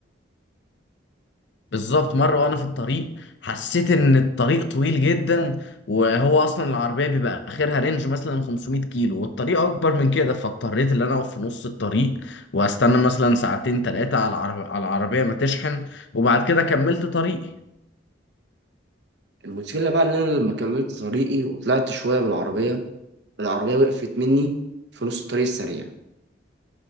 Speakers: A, on the left; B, on the right.
A: بالظبط مرة وأنا في الطريق حسيت إن الطريق طويل جدا وهو أصلا العربية بيبقى آخرها رينج مثلا 500 كيلو والطريق أكبر من كده فاضطريت إن أنا أقف في نص الطريق وأستنى مثلا ساعتين تلاتة على العرب... على العربية ما تشحن وبعد كده كملت طريقي
B: المشكلة بقى ان انا لما كملت طريقي وطلعت شوية بالعربية العربية وقفت مني في نص الطريق السريع